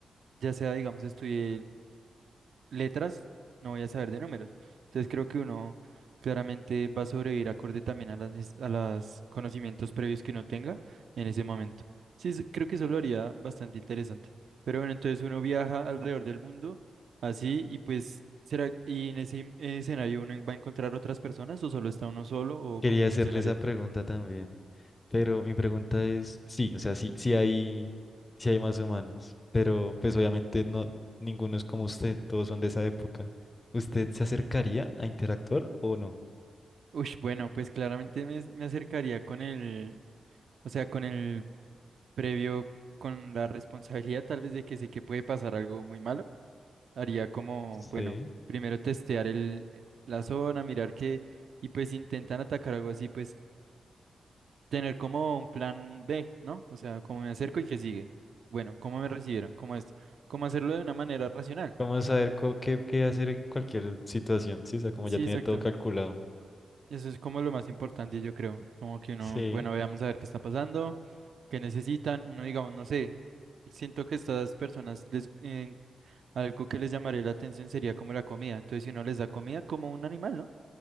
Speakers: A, on the right (about 65°); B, on the left (about 20°).
A: ya sea, digamos, estudié letras, no voy a saber de números. Entonces creo que uno claramente va a sobrevivir acorde también a las, neces- a los conocimientos previos que uno tenga en ese momento. Sí, es- creo que eso lo haría bastante interesante. Pero bueno, entonces uno viaja alrededor del mundo así y pues será, ¿y en ese eh, escenario uno va a encontrar otras personas o solo está uno solo o
B: Quería
A: cómo funcionaría?
B: hacerle esa pregunta también, pero mi pregunta es, sí, o sea, sí, sí hay, sí hay más humanos, pero pues obviamente no, ninguno es como usted, todos son de esa época. ¿Usted se acercaría
A: Mm.
B: a interactuar o no?
A: Ush, bueno, pues claramente me, me acercaría con el, o sea, con el previo con la responsabilidad tal vez de que sé que puede pasar algo muy malo, haría como,
B: Sí.
A: bueno, primero testear el, la zona, mirar que, y pues si intentan atacar algo así, pues tener como un plan B, ¿no? O sea, cómo me acerco y qué sigue. Bueno, cómo me recibieron, cómo esto, cómo hacerlo de una manera racional.
B: Vamos a saber co- qué, qué hacer en cualquier situación, sí, o sea, como
A: Sí,
B: ya tener
A: exacto.
B: todo calculado.
A: Eso es como lo más importante, yo creo. Como que uno,
B: Sí,
A: bueno, veamos a ver qué está pasando, qué necesitan. Uno, digamos, no sé, siento que estas personas les, Algo que les llamaría la atención sería como la comida. Entonces, si uno les da comida como un animal, ¿no?